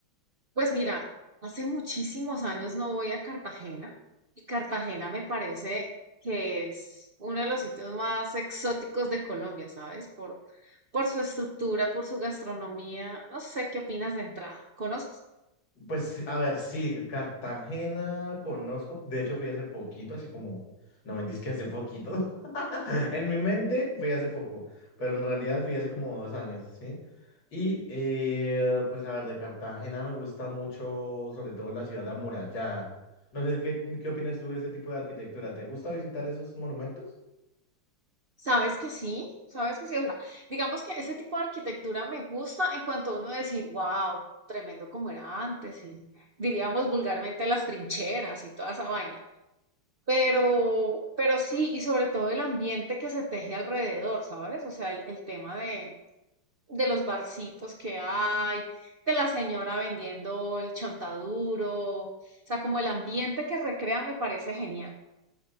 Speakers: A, on the right (about 80°); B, on the left (about 60°).
A: Pues mira, hace muchísimos años no voy a Cartagena y Cartagena me parece que es uno de los sitios más exóticos de Colombia, ¿sabes? Por, por su estructura, por su gastronomía. No sé qué opinas de entrada. ¿Conoces?
B: Pues sí, a ver, sí, Cartagena conozco. De hecho, fui hace poquito, así como, no me digas que hace poquito. <laughs> En mi mente fui hace poco, pero en realidad fui hace como dos años, ¿sí? Y eh, pues a ver, de Cartagena me gusta mucho, sobre todo la ciudad amurallada. No sé, ¿qué, qué opinas tú de ese tipo de arquitectura? ¿Te gusta visitar esos monumentos?
A: ¿Sabes que sí? ¿Sabes que sí? O sea, digamos que ese tipo de arquitectura me gusta en cuanto a uno decir, wow, tremendo como era antes y diríamos vulgarmente las trincheras y toda esa vaina. Pero, pero sí, y sobre todo el ambiente que se teje alrededor, ¿sabes? O sea, el, el tema de, de los barcitos que hay, de la señora vendiendo el chontaduro, o sea, como el ambiente que recrean me parece genial.